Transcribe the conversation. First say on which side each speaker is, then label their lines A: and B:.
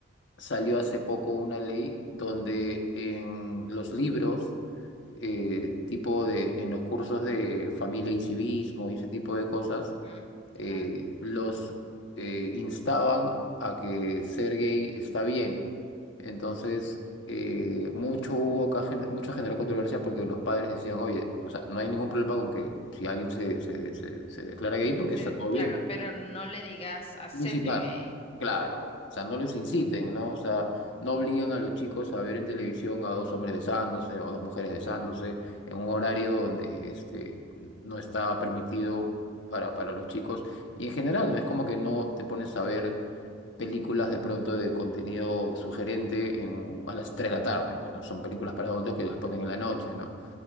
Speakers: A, on the left; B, on the left.
A: salió hace poco una ley donde en los libros, eh, tipo de, en los cursos de familia y civismo y ese tipo de cosas,
B: Ujú,
A: eh,
B: claro.
A: los eh, instaban a que ser gay está bien. Entonces, eh, mucho hubo acá, gen- mucha generó controversia porque los padres decían, oye, o sea, no hay ningún problema con que si alguien se, se, se se declara gay porque
B: Sí,
A: está todo bien.
B: claro, pero no le digas hacete
A: Incitar,
B: gay.
A: claro. O sea, no los inciten, ¿no? O sea, no obligan a los chicos a ver en televisión a dos hombres besándose o a dos mujeres besándose en un horario donde este, no está permitido para, para los chicos. Y en general, no es como que no te pones a ver películas de pronto de contenido sugerente en, a las 3 de la tarde, pues, ¿no? Son películas para adultos que las ponen en la noche, ¿no?